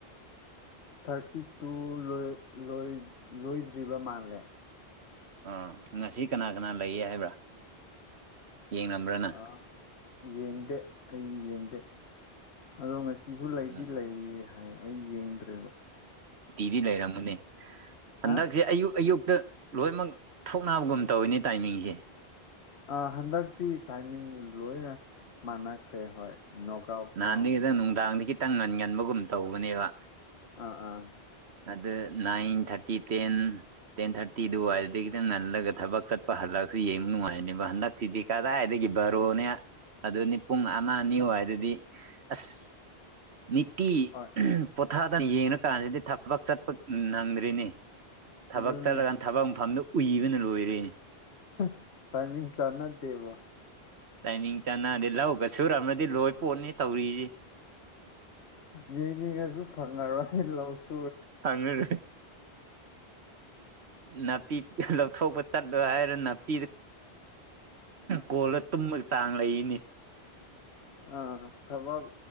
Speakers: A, on the left (about 75°); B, on the right (about 75°).
A: ꯊꯥꯔꯇꯤ ꯇꯨ ꯂ‌ꯣꯏ ꯂ‌ꯣꯏ ꯂꯣꯏꯗ꯭ꯔꯤꯕ ꯃꯥꯜꯂꯦ
B: ꯑꯥ ꯉꯁꯤ ꯀꯅꯥ ꯀꯅꯥ ꯂꯩꯌꯦ ꯍꯥꯏꯕ꯭ꯔꯥ ꯌꯦꯡꯅꯕ꯭ꯔꯅ
A: ꯑ ꯌꯦꯡꯗꯦ ꯑꯩ ꯌꯦꯡꯗꯦ ꯑꯗꯣ ꯉꯁꯤꯁꯨ ꯂꯩꯗꯤ
B: ꯎꯝ
A: ꯂꯩ ꯍꯥꯏ ꯑꯩ ꯌꯦꯡꯗ꯭ꯔꯦꯕ
B: ꯗꯤ ꯂꯩꯔꯝꯃꯅꯤ ꯍꯟꯗꯛꯁꯦ
A: ꯍꯥ
B: ꯑꯌꯨꯛ ꯑꯌꯨꯛꯇ ꯂꯣꯏꯅꯃꯛ ꯊꯣꯛꯅꯕꯒꯨꯝ ꯇꯧꯋꯤꯅꯦ ꯇꯥꯏꯃꯤꯡꯁꯦ
A: ꯑ ꯍꯟꯗꯛꯇꯤ ꯇꯥꯏꯃꯤꯡ ꯂꯣꯏꯅ ꯃꯥꯟꯅꯈ꯭ꯔꯦ ꯍꯣꯏ ꯑꯥꯎꯠ
B: ꯅꯍꯥꯟꯗꯤ
A: ꯔꯥꯎꯟ
B: ꯈꯤꯇꯪ ꯅꯨꯡꯗꯥꯡꯗꯤ ꯈꯤꯇꯪ ꯉꯟꯒꯟꯕꯒꯨꯝ ꯇꯧꯕꯅꯦꯕ
A: ꯑꯥ ꯑꯥ
B: ꯑꯗ ꯅꯥꯏꯟ ꯊꯥꯔꯇꯤ ꯇꯦꯟ ꯇꯦꯟ ꯊꯥꯔꯇꯤꯗꯨꯋꯥꯏꯗꯗꯤ ꯈꯤꯇꯪ ꯉꯜꯂꯒ ꯊꯕꯛ ꯆꯠꯄ ꯍꯜꯂꯛꯁꯨ ꯌꯦꯡꯕ ꯅꯨꯡꯉꯥꯏꯅꯦꯕ ꯍꯟꯗꯛ ꯁꯤꯗꯤ ꯀꯗꯥꯏꯗꯒꯤ ꯕꯥꯔꯣꯅꯦ ꯑꯗꯨꯅꯤ ꯄꯨꯡ ꯑꯃ ꯑꯅꯤ ꯑꯣꯏꯔꯗꯤ ꯑꯁ ꯅꯤꯇꯤ
A: ꯍꯣꯏ
B: ꯄꯣꯊꯥꯗꯅ ꯌꯦꯡꯉꯀꯥꯟꯁꯤꯗ ꯊꯕꯛ ꯆꯠꯄ ꯅꯪꯗ꯭ꯔꯤꯅ‌ꯦ ꯊꯕꯛ
A: ꯑꯗꯨꯅꯦ
B: ꯆꯠꯂꯒꯥꯟ ꯊꯕꯛ ꯃꯐꯝꯗ ꯎꯏꯕꯅ ꯂꯣꯏꯔꯦ
A: ꯍ ꯇꯥꯏꯃꯤꯡ ꯆꯥꯥꯟꯅꯥ ꯗꯦꯕ
B: ꯇꯥꯏꯃꯤꯡ ꯆꯤꯟꯅꯗ‌ꯦ ꯂꯧꯒ ꯁꯨꯔꯝꯃꯗꯤ ꯂꯣꯏ ꯄꯣꯠꯅꯤ ꯇꯧꯔꯤꯁꯤ
A: ꯌꯦꯡꯅꯤꯡꯉꯁꯨ ꯐꯪꯉꯔꯣꯏ ꯂꯧꯁꯨ
B: ꯐꯪꯉꯔ‌ꯣꯏ ꯅꯥꯄꯤ ꯂꯧꯊꯣꯛꯄ ꯆꯠꯂꯣ ꯍꯥꯏꯔ ꯅꯥꯄꯤꯗ ꯀꯣꯜꯂ ꯇꯨꯝꯕꯒꯤ ꯆꯥꯡ ꯂꯩꯌ‌ꯦꯅꯤ
A: ꯑꯥ ꯊꯕꯛ